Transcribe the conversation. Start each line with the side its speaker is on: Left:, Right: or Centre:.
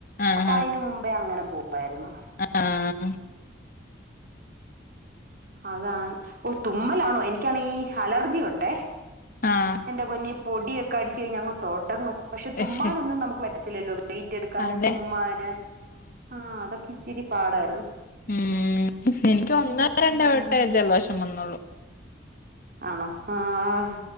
Left: ആഹ്
Right: അപ്പൊ അയ്ന് മുമ്പേ അങ്ങനെ പോവായിരുന്നു.
Left: ആഹ് ആഹ്-
Right: അതാണ് ഓ തുമ്മലാണോ എനിക്കാണീ- ഹലർജിയുണ്ടേ.
Left: ആഹ്-
Right: എന്റെ പൊന്നെ ഈ പൊടിയൊക്കെടിച്ച് കഴിഞ്ഞാൽ തൊടങ്ങും പശെ തുമ്മാനൊന്നും
Left: ആഹ്
Right: ന്നമുക്ക് പറ്റത്തില്ലല്ലോ- വെയ്റ്റ് എടുക്കാന്
Left: അതെ
Right: തുമ്മാന് ആഹ് അതൊക്കെ ഇച്ചിരി പാടായിരുന്നു.
Left: ഉം എനിക്ക് ഒന്നോ,
Right: ഉം
Left: രണ്ടോവെട്ടെ ജലദോഷംവന്നൊള്ളു.
Right: ആണോ ആഹ്